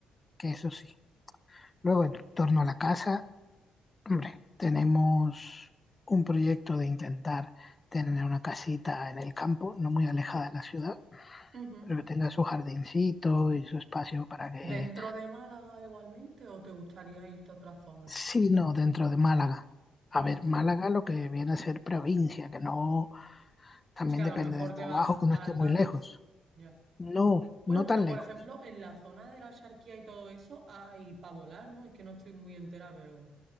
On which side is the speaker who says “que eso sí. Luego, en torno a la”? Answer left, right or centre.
Left